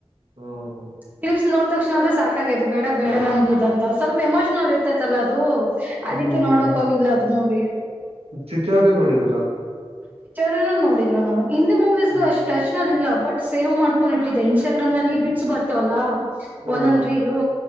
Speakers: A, on the right (about 65°); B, on the right (about 15°).
A: ಹ್ಮ.
B: ಕ್ಲಿಪ್ಸ್ ನೋಡ್ ತಕ್ಷಣ ಅಂದ್ರೆ ಸಾಕಾಗದು ಬೇಡ ಬೇಡ ನನ್ಗೆ ಇ ಅಂತ ಸ್ವಲ್ಪ ಎಮೋಷನಲ್ ಇರ್ತೈತಲ್ಲ ಅದು. ಅದಿಕ್ಕೆ
A: ಹ್ಮ್ ಹ್ಮ್.
B: ನೋಡಕ್ ಹೋಗಿಲ್ಲ ಅದ್ ಮೂವಿ.
A: ಚಿಚೋರೆ ನೋಡಿದೀರಾ
B: ಪಿಕ್ಚರ್ ನೋಡಿಲ್ವಾ ನಾವು ಹಿಂದಿ ಮೂವೀಸ್ಗು
A: ಹ್ಮ್
B: ಅಷ್ಟ್ ಟಚ್ ನಲ್ಲಿ ಇಲ್ಲ ಬಟ್. ಸೇವ್ ಮಾಡ್ಕೊಂಡ್ ಇಟ್ಟಿದ್ದೆ ಇನ್ಸ್ಟಾಗ್ರಾಮ್ ನಲ್ಲಿ ಬಿಟ್ಸಸ್ ಬರ್ತವಲ್ಲಾ.
A: ಹಾ
B: ಒಂದೊಂದ ರೀಲು